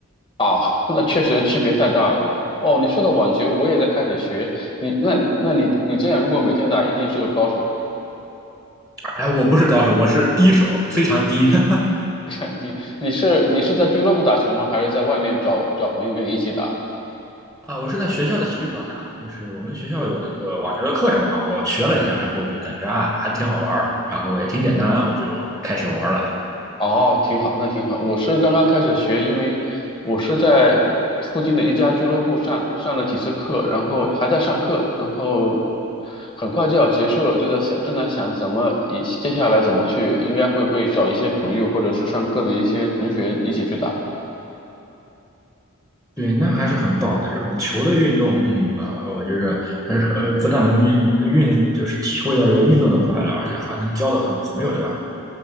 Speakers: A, on the left; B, in the centre.
A: 哦，<laughs> 那确实区别太大了。哦，你说到网球，我也在开始学。你那那你你这样，如果每天打，一定是个高手。
B: 哎，我不是高手，我是低手，非常低。<laughs>
A: <laughs> 你你是你是在俱乐部打球吗？还是在外面找找朋友跟你一起打？
B: 啊，我是在学校的体育馆打，就是我们学校有那个网球的课程嘛，我学了一下，然后我就感觉啊，还挺好玩儿，然后也挺简单，我就开始玩儿了。
A: 哦，挺好，那挺好。我是刚刚开始学，因为我是在附近的一家俱乐部上上了几次课，然后还在上课，然后很快就要结束了，就在想，正在想怎么以接下来怎么去，应该会会找一些朋友或者是上课的一些同学一起去打。
B: 对，那还是很棒的，这种球类运动，嗯，呃我觉着还是呃，不但能运运，就是体会到这个运动的快乐，而且还能交到很多朋友，对吧？